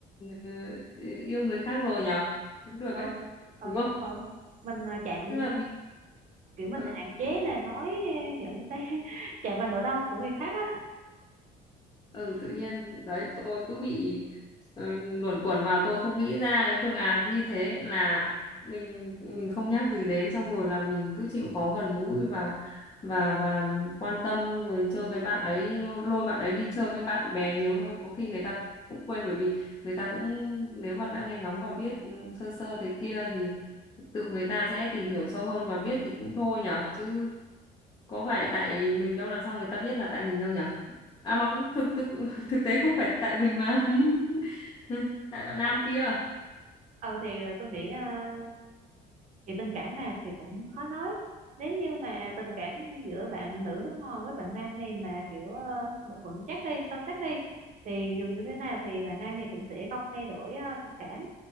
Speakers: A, on the left; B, on the right.
A: ừ, ừ, yêu người khác rồi nhờ cũng được
B: ừ
A: ấy
B: ừ
A: đúng không
B: rồi mình à, chạm
A: tức là mình
B: kiểu mình
A: ờ
B: hạn chế là nói à, những cái <laughs> chạm vào nỗi đau của người khác á
A: ừ, tự nhiên đấy tôi cứ bị ờ, luẩn quẩn vào tôi không nghĩ ra cái phương án như thế là mình mình không nhắc gì đến xong rồi là mình cứ chịu khó gần gũi và và và quan tâm rồi chơi với bạn ấy lôi bạn ấy đi chơi với bạn bè nhiều hơn có khi người ta cũng quên bởi vì người ta cũng nếu mà đã nghe ngóng và biết ừ, sơ sơ thế kia thì tự người ta sẽ tìm hiểu sâu hơn và biết thì cũng thôi nhở chứ có phải tại mình đâu làm sao người ta biết là tại mình đâu nhở à mà cũng thực thực <laughs> thực tế không phải tại mình mà <laughs> tại bạn nam
B: ừ.
A: kia
B: ừ thì tôi nghĩ à, chuyện tình cảm mà thì cũng khó nói nếu như mà tình cảm giữa bạn nữ nước ngoài với bạn nam này mà kiểu à, vẫn vững chắc đi sâu sắc đi thì dù như thế nào thì bạn nam thì cũng sẽ không thay đổi à, tình cảm